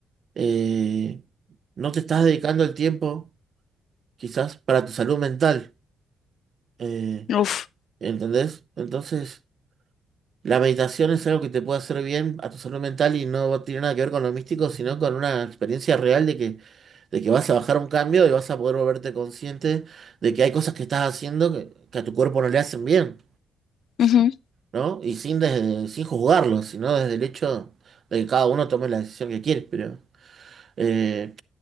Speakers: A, on the right (about 50°); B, on the left (about 65°).
A: eh, no te estás dedicando el tiempo quizás para tu salud mental, eh,
B: ujú, Uf.
A: ¿entendés? Entonces, la meditación es algo que te puede hacer bien a tu salud mental y no tiene nada que ver con lo místico, sino con una experiencia real de que, de que vas a bajar un cambio y vas a poder volverte consciente de que hay cosas que estás haciendo que, que a tu cuerpo no le hacen bien.
B: ujú.
A: ¿no? Y sin, desde- sin juzgarlo, sino desde el hecho de que cada uno tome la decisión que quiere. Pero eh,